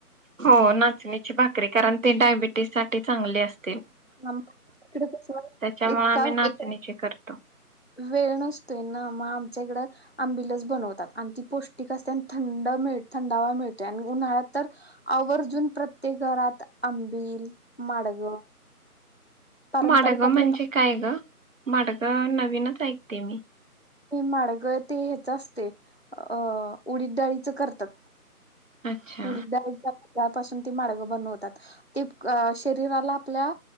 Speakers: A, on the right (about 55°); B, on the left (about 45°).
A: हो. नाचणीची भाकरी कारण ते डायबिटीज साठी चांगली अस-
B: हाम इकडं कस
A: त्याच्यामुळे
B: एका
A: आम्ही नाचणीची
B: ए
A: करतो
B: वेळ नसतोय ना म आ- मच्या हीकडं आंबीलच बनवतात. आणि ती पोष्टिक असते आण थंड मिळ थंडावा मिळतोय. आणि उन्हातर आवरजून प्रत्येक घात आं- बिल, माडग पारंपरिक
A: माडगं
B: आपलं
A: म्हणजे काय ग? माडगं नवीनच ऐक- ते मी.
B: हे माडग ते ह्येच असतय. अ उडीद डाळीचं करतात.
A: अच्छा
B: उडीदडाळी- पासून ते माडगूळकर बनवतात. ते अ शरीराला आपल्या